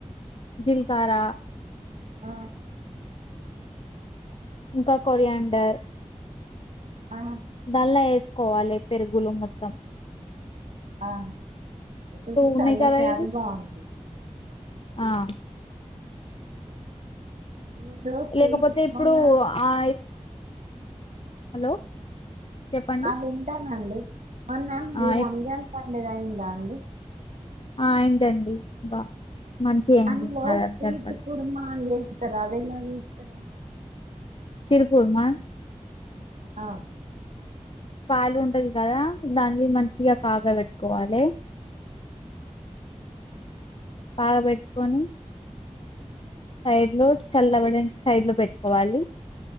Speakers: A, on the left; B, on the right.
A: జీలకర్ర
B: ఆ
A: ఇంకా కొరియండర్
B: ఆహ
A: నాల్లా వేసుకోవాలి పెరుగులో మొత్తం
B: ఆ ఇప్పుడు సల్ల
A: ఉన్నాయి కదా
B: చారు
A: ఇవి
B: బావుంటుంది
A: ఆ
B: మీరు స్వీట్
A: లేకపోతే ఇప్పుడు
B: మొన్న
A: ఆ హలో చెప్పండి
B: అ వింటానండి మొన్న మీది
A: ఆ
B: రంజాన్ పన్ మిది అయిందా అండి
A: ఆ అయిందండి బా మంచిగా
B: దాంట్లో
A: అయింది మదంతా
B: స్వీట్ కుర్మ అని చేస్తారు అది ఎలా చేస్తారు అండి
A: చిరుకూర్మా
B: ఆ
A: పాలు ఉంటది కదా దాన్ని మంచిగా కాగా పెట్టుకోవాలి కాగా బేట్టుకొని సైడ్ లో చల్ అవ్వడానికి సైడ్ లో పెట్టుకోవాలి